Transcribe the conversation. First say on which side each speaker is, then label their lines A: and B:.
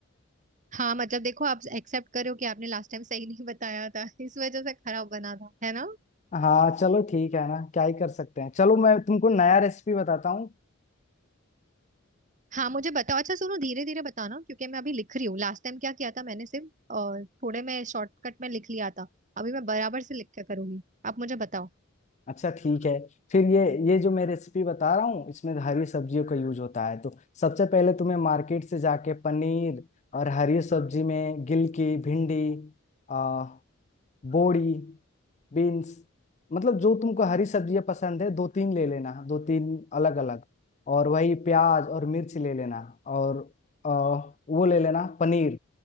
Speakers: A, on the right; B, on the left.
A: हाँ मतलब देखो आप एक्सेप्ट करो कि आपने लास्ट टाइम सही नहीं बताया था <laughs> इस वजह से खराब बना था है ना
B: हाँ चलो ठीक है ना क्या ही कर सकते हैं चलो मैं तुमको नया रेसिपी बताता हूँ
A: हाँ मुझे बताओ अच्छा सुनो धीरे धीरे बताना क्योंकि मैं अभी लिख रही हूँ लास्ट टाइम क्या किया था मैंने सिर्फ अ, थोड़े में शॉर्टकट में लिख लिया था अभी मैं बराबर से लिख के करूंगी आप मुझे बताओ
B: अच्छा ठीक है फिर ये ये जो मैं रेसिपी बता रहा हूँ इसमें हरी सब्जियों का यूज होता है तो सबसे पहले तुम्हें मार्केट से जाके पनीर और हरी सब्जी में गिलकी भिंडी आ, बोड़ी बीन्स मतलब जो तुमको हरी सब्जियाँ पसंद है दो तीन ले लेना दो तीन अलग अलग और वही प्याज और मिर्च ले लेना और आ, वो ले लेना पनीर